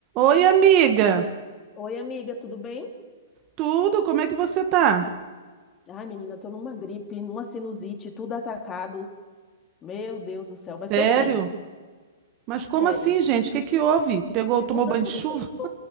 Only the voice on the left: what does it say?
Oi, amiga, tudo bem?
Ai, menina, tô numa gripe, numa sinusite, tudo atacado. Meu Deus do céu, mas
tô bem,
sério.
Mudança
de
tempo,